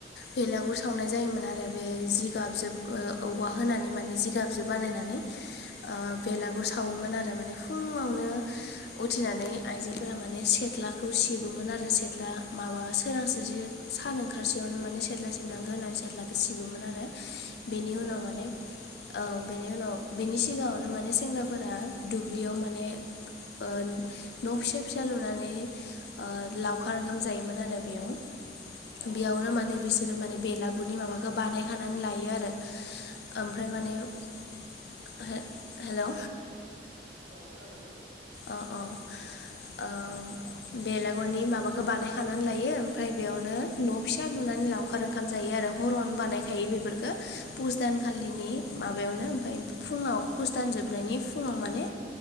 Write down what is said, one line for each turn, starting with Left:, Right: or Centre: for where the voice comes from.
Left: भेलागुर सावनाय जायोमोन आरो बे जि गाबजोब ओ औवा होनानै माने जिगाबजो बानायनानै ओ बेलागुर
Right: औ
Left: सावोमोन आ दा माने फुङावनो उथिनानै आइजोफोरा माने सेथ्लाखौ सिबोमोन आरो सेथ्ला माबा सोरांसो जि सान ओंखारसेयावनो माने सेथ्ला सिबनांगो होननानै सेथ्लाखो सिबोमोन आरो। बेनि
Right: औ
Left: उनाव माने औ बेनि उनाव बेनि सिगाङावनो माने सेंग्राफोरा दुब्लियाव माने ओ न' फिसा फिसा लुनानै ओ लावखार ओंखाम जायोमोन आरो बेयाव।
Right: औ
Left: बियावनो माने बिसोरो माने बेलागुरनि माबाखो बानायखानानै लायो आरो। ओमफ्राय माने हो हेलौ।
Right: औ खोनादों दे।
Left: अ अ ओम बेलागुरनि माबाखो बानायखानानै लायो ओमफ्राय बेयावनो न' फिसा लुनानै लाव खार ओंखाम जायो आरो हरावनो बानायखायो बेफोरफोरखो पुस दानखालिनि
Right: औ
Left: माबायावनो ओमफाय फुङाव फुस दान जोबनायनि फुङाव माने